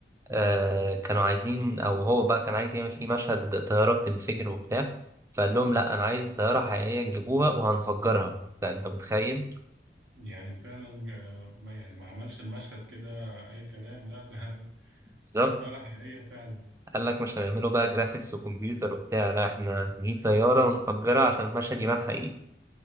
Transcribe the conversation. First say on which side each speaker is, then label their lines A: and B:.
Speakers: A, on the right; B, on the right.
A: آه كانوا عايزين أو هو بقى كان عايز يعمل فيه مشهد طيارة بتنفجر وبتاع فقال لهم لا أنا عايز طيارة حقيقية تجيبوها وهنفجرها ده أنت متخيل
B: يعني فعلا آه، ما يعني ما عملش المشهد كده اي كلام لا ده
A: بالظبط
B: جاب طيارة حقيقية فعلا
A: قال لك مش هنعمله بقى جرافيكس وكمبيوتر وبتاع لا إحنا نجيب طيارة ونفجرها عشان المشهد يبان حقيقي